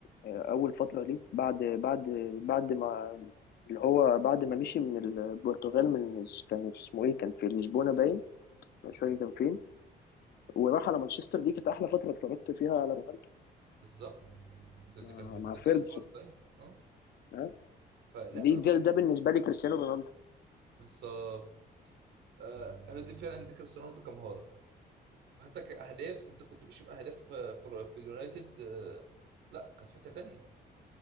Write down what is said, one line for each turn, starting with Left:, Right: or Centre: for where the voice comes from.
Left: آه، اول فترة ليه بعد بعد بعد ما اللي هو بعد ما مشي من البرتغال من كان اسمه ايه كان في لشبونة باين مش فاكر كان فين وراح على مانشستر دي كانت احلى فتره اتفرجت فيها على رونالدو
Right: بالظبط ده,
Left: مع
Right: ده كان في
Left: مع
Right: حته
Left: فيرجسون
Right: تانيه خالص ايوه اه
Left: ها؟
Right: فلا
Left: دي
Right: انا
Left: ده,
Right: بقول لك
Left: ده بالنسبه لي كريستيانو رونالدو
Right: بالظبط آه هو دي فعلا دي كريستيانو رونالدو كمهاره بس حتى كاهداف انت كنت بتشوف اهداف آه، في في اليونايتد آه لا كانت في حته تانيه